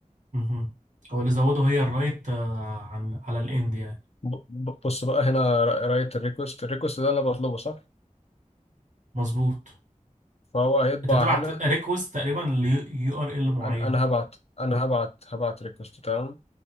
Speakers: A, on the right (about 65°); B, on the left (about 50°).
A: مهم. هو اللي زوده هي الرايت آه، عن على الاند يعني
B: ب- ب- بص بقى هنا رايت الريكوست الريكوست ده اللي انا بطلبه صح
A: مظبوط
B: فهو هيطبع
A: انت بتبعت
B: هنا
A: ريكوست تقريبا ليو ار ال معين
B: انا أنا هبعت انا هبعت هبعت ريكوست تمام